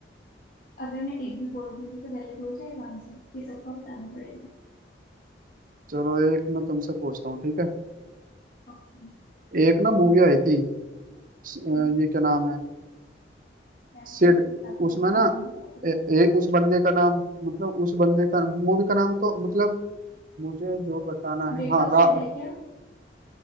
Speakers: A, on the left; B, on the right.
A: अगर मैं एक भी बोल दूंगी तो वैलिड हो जाएगा आंसर ये सबका बताना पड़ेगा
B: <laughs> चलो एक मैं तुमसे पूछता हूँ ठीक है
A: ओके
B: एक ना मूवी आई थी स- अ,
A: हम्म।
B: ये क्या नाम है
A: क्या
B: सिड
A: नाम बता दो
B: उसमें
A: मूवी
B: ना
A: का नाम बता दो
B: ए, ए, उस बंदे का नाम मतलब उस बंदे का मूवी का नाम तो मतलब मुझे जो बताना है
A: वेकअप
B: हाँ रा,
A: सेट है क्या <laughs>